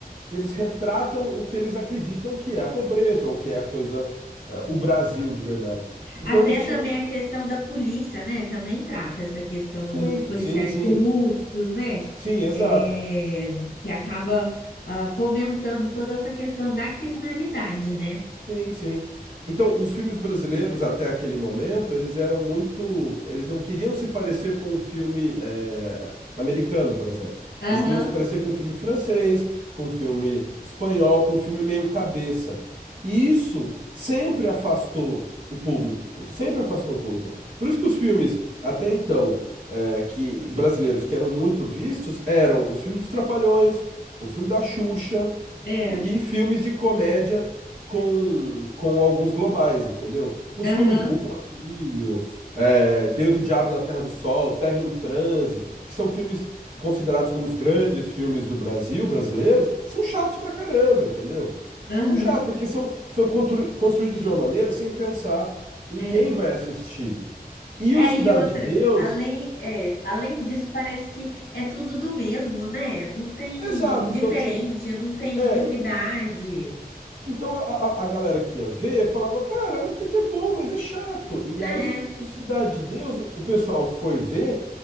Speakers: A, on the right; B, on the left.
A: e eles retratam o que eles acreditam que é a pobreza, ou que é a coisa, eh, o Brasil de verdade. Então
B: até
A: eles tinham.
B: também a questão da polícia, né? Também trata essa questão
A: Sim,
B: dos policiais
A: sim, sim,
B: corruptos, né?
A: sim, exato.
B: É, que acaba ah, fomentando toda essa questão da criminalidade, né?
A: Sim, sim. Então, os filmes brasileiros até aquele momento, eles eram muito, eles não queriam se parecer com um filme eh, americano, por exemplo.
B: Aham,
A: Eles queriam se parecer com um filme francês, com um filme espanhol, com um filme meio cabeça. E isso sempre afastou o público, sempre afastou o público. Por isso que os filmes até então eh, que brasileiros que eram muito vistos eram os filmes dos Trapalhões, o filme da Xuxa
B: é,
A: e filmes de comédia com, com alguns globais, entendeu? Os
B: aham,
A: filmes O Quatrilho, é, Deus e o Diabo na Terra do Sol, Terra em Transe, que são filmes considerados como os grandes filmes do Brasil, brasileiros, são chatos pra caramba, entendeu?
B: aham,
A: São chatos, porque são, são constru- construídos de uma maneira sem pensar em
B: é.
A: quem vai assistir. E
B: É,
A: o Cidade
B: e outra,
A: de Deus,
B: além, é, além disso, parece que é tudo do mesmo, né? Não tem
A: exato,
B: diferente,
A: então tinha.
B: não tem
A: É,
B: novidade.
A: Então a, a a galera que ia ver falava, cara, até que é bom, mas é chato. E
B: Ah,
A: aí,
B: é,
A: o Cidade de Deus, o pessoal foi ver,